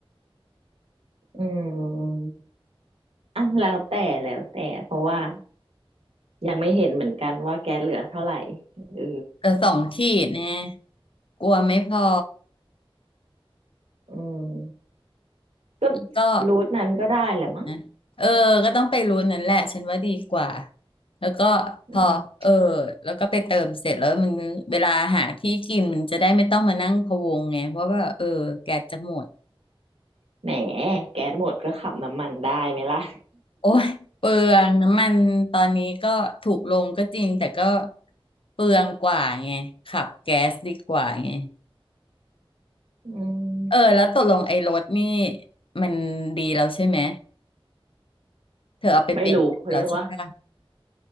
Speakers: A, on the right; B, on the left.
A: อืมอันแล้วแต่แล้วแต่เพราะว่ายังไม่เห็นเหมือนกันว่าแก๊สเหลือเท่าไหร่เออ
B: แต่สองขีดแน่กลัวไม่พอ
A: อืมก็
B: แล้วก็
A: รูทนั้นก็ได้แหละมั้ง
B: นะเออก็ต้องไปรู้นั่นแหละฉันว่าดีกว่า แล้วก็พอเออ
A: อืม
B: แล้วก็ไปเติมเสร็จแล้วมันเวลาหาที่กินมันจะได้ไม่ต้องมานั่งพะวงไง เพราะว่าเออแกสจะหมด
A: แหมแก๊สหมดก็ขับน้ำมันได้ไหมล่ะ
B: โอ้ยเปลืองน้ำมันตอนนี้ก็ถูกลงก็จริงแต่ก็เปลืองกว่าไงขับแก๊สดีกว่าไง
A: อืม
B: เออแล้วตกลงไอ้รถนี่มันดีแล้วใช่ไหม เธอเอาไปเปลี่ยนแล้วใช่ปะ
A: ไม่รู้เพราะว่า